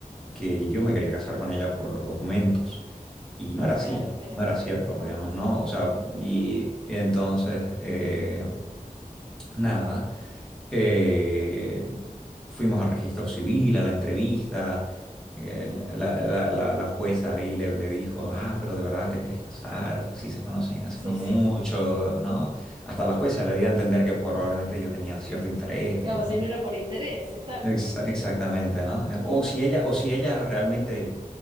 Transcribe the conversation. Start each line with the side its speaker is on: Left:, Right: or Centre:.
Centre: que yo me quería casar con ella por los documentos. Y no era así,
Right: Claro, pero
Centre: no era cierto,
Right: no,
Centre: digamos,
Right: no, no.
Centre: ¿no? O sea,
Right: <laughs>
Centre: y entonces eh, Nada. Eh, fuimos al registro civil, a la entrevista. eh,
Right: Ujú,
Centre: la, la- la- la jueza ahí le, le dijo, ah, pero de verdad te querés casar, si se conocen hace
Right: Sí,
Centre: no mucho,
Right: sí.
Centre: ¿no? Hasta la jueza le dio a entender que probablemente yo tenía cierto interés, digamos,
Right: Claro, si
Centre: ¿no?
Right: no era por interés, exacto,
Centre: Exa-
Right: sí.
Centre: exactamente, ¿no?
Right: <laughs>
Centre: Eh,
Right: Ujú,
Centre: O si ella, o si ella realmente